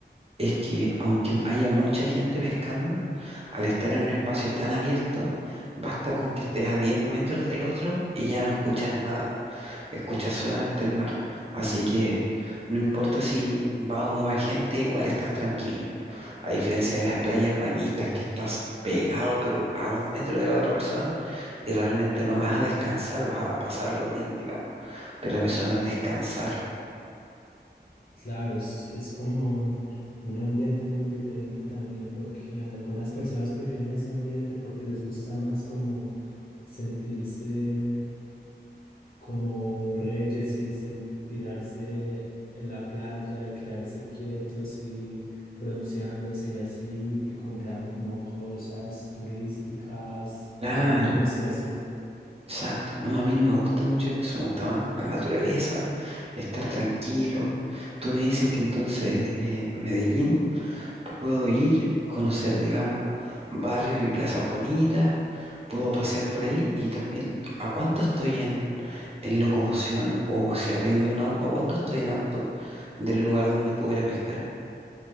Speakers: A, on the right; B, on the left.
A: es que aunque haya mucha gente pescando, al estar en un espacio tan abierto, basta con que estés a 10 metros del otro y ya no escuchas nada, escuchas solamente el mar. Así que no importa si va o no va gente, igual estás tranquilo. A diferencia de las playas bañistas que estás pegado, pero a un metro de la otra persona y realmente no vas a descansar, vas a pasarlo bien, digamos. Pero eso no es descansar.
B: Claro, es, es como un ambiente muy diferente también porque algunas personas prefieren ese ambiente porque les gusta más como sentirse como reyes y sen- tirarse en la playa y quedarse quietos y bronceándose y así y comprando como cosas turísticas,
A: Claro,
B: souvenirs y así.
A: exacto. No, a mí no me gusta mucho eso, me gusta más la naturaleza, estar tranquilo. Tú me dices que entonces eh, Medellín puedo ir, conocer, digamos, barrios y plazas bonitas, puedo pasear por ahí y también, ¿a cuánto estoy en, en locomoción o si arriendo un auto? ¿A cuánto estoy en auto del lugar donde puedo ir a pescar?